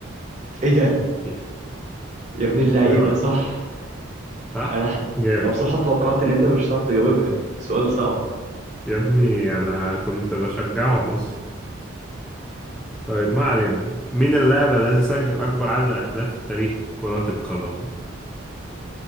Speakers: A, on the right; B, in the centre.
A: ايه ده
B: إيه
A: يا ابن اللعيبه
B: رأيك؟
A: صح
B: صح؟
A: انا ح-
B: جامد
A: انا بصراحه توقعت ان انت مش هتعرف تجاوبها سؤال صعب
B: يا ابني أنا كنت بشجعهم أصلا طيب ما علينا مين اللاعب الذي سجل أكبر عدد أهداف في تاريخ كرة القدم؟